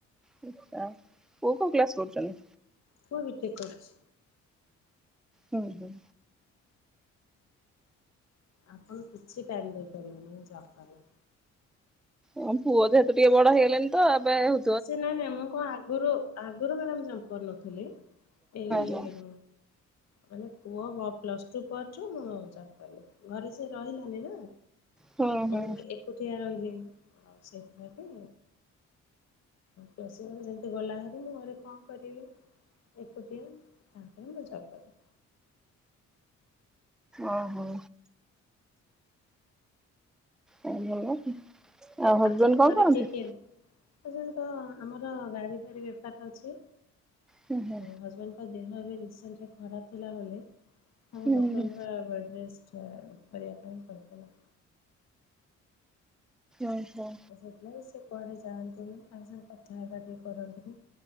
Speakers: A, in the centre; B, on the left (about 60°).
A: <unintelligible> ଆଉ ପୁଅ କୋଉ କ୍ଲାସ କରୁଛନ୍ତି?
B: ପୁଅ ବିଟେକ୍ କରଛି।
A: ହୁଁ ହୁଁ।
B: ଆପଣ କିଛି ଟାଇମ ଦେଇପାରିବେନି ଜବ୍ କଲେ।
A: ହଁ ପୁଅ ଯେହେତୁ ଟିକେ ବଡ ହେଇଗଲେଣି ତ ଏବେ ଆଉ
B: ସେ ନାଇଁ ନାଇଁ ମୁଁ କଣ ଆଗରୁ ଆଗରୁ ମ୍ୟାମ ଜବ୍ କରୁନଥିଲି। ଏଇ
A: ହଁ।
B: ମାନେ ପୁଅ ପ୍ଲସ ଟୁ ପ ଯୋଉ ଜବ୍ କଲେ ଘରେ ସେ ରହିଲାନି ନା
A: ହଁ ହଁ
B: ମୁଁ ଏକୁ ଟିଆ ରହିଲି ଆଉ ସେଇଥିଲାଗି। ପସ ଯେମିତି ଗଲା ହେରି ମୁଁ ଘରେ କଣ କରିବି? ଏକୁଟିଆ ତାପରେ ମୁଁ ଜବ୍ କରେ।
A: ଓହୋ। ଭଲ ଆଉ ହଜବେଣ୍ଡ
B: ଆପଣଙ୍କ
A: କଣ
B: ଘରେ
A: କରନ୍ତି?
B: କିଏ କିଏ? ହଜବେଣ୍ଡଙ୍କ ଆମର ଗାଡ଼ି ଫାଡ଼ି ବେପାର ଅଛି
A: ହୁଁ ହୁଁ
B: ହଜବେଣ୍ଡ ତା ଦେହ ଏବେ ରିସେଣ୍ଟରେ ଖରାପ ଥିଲା ବୋଲି ତାଙ୍କ
A: ହୁଁ
B: ଡକ୍ଟର
A: ହୁଁ
B: ରେଷ୍ଟ କରିବା ପାଇଁ କହିଥିଲା।
A: ଓ ହୋ।
B: ସେଇଥିଲାଗି ବି ସେ କୁଆଡେ ଯାଆନ୍ତିନି, ଆଉ ସାଙ୍ଗ କଥା ହେବା ବି କରନ୍ତିନି।